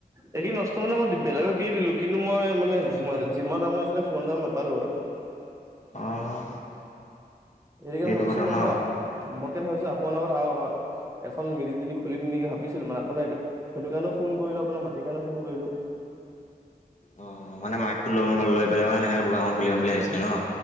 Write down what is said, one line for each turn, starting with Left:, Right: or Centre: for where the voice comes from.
Right: এইখিনি নষ্ট মানে মই বেলেগক দি দিলো কিন্তু মই মানে যিমান-যিমান দামৰ আছিলে সিমান দাম নাপালো আৰু।
Left: অঁ
Right: এইটো কাৰণে
Left: সেইটো
Right: ভাবিছো
Left: কথা
Right: মই
Left: ন।
Right: কোৱা মই। ভাবিছো আপোনাৰ লগৰ আৰু এখন মিলিজুলি খুলিম নেকি ভাবি। ভাবিছিলো মানে আপোনাৰ এইটো সেইটো কাৰণেও ফোন কৰিলো আপোনাৰ মাটিৰ কাৰণে ফোন কৰিলো।
Left: অ মানে মাইকটো লম লৈ পেলাই মানে সে দোকানখন খুলি যাম বুলি ভাবিছিলে নহ।